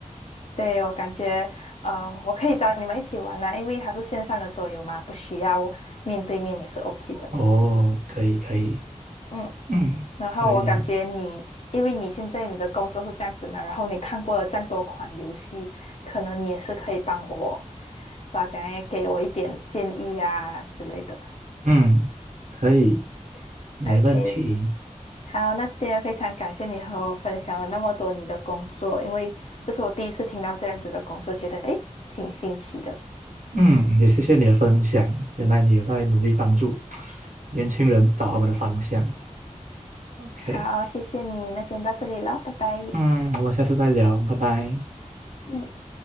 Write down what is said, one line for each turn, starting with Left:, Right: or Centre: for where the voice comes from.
Left: 对，我感觉，呃，我可以找你们一起玩啦，因为它是线上的桌游嘛，不需要面对面也是 OK 的。
Right: 哦，可以，可以，
Left: 嗯，
Right: 嗯，
Left: 然后我感觉你，
Right: 可以，
Left: 因为你现在你的工作是这样子嘛，然后你看过了这样多款游戏，可能你也是可以帮我，咋讲诶，给我一点建议啊之类的。
Right: 嗯，可以，没问题。
Left: OK，好，那今天非常感谢你和我分享了那么多你的工作，因为这是我第一次听到这样子的工作，觉得诶挺新奇的。
Right: 嗯，也谢谢你的分享，原来你有在努力帮助年轻人找他们的方向。OK，
Left: 好，谢谢你，那先到这里了，拜拜。
Right: 嗯，我们下次再聊，拜拜。
Left: 嗯，